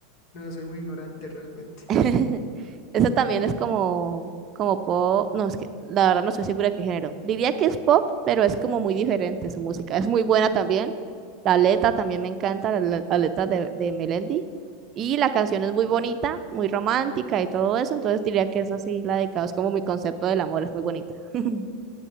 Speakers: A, on the left; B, on the right.
A: No, soy muy ignorante realmente.
B: <laughs> Eso también es como, como pop. No, es que la verdad no estoy segura de qué género. Diría que es pop, pero es como muy diferente su música. Es muy buena también. La letra también me encanta, la, la- la letra de, de Melendi. Y la canción es muy bonita, muy romántica y todo eso. Entonces diría que es así la dedicado. Es como mi concepto del amor, es muy bonita. <laughs>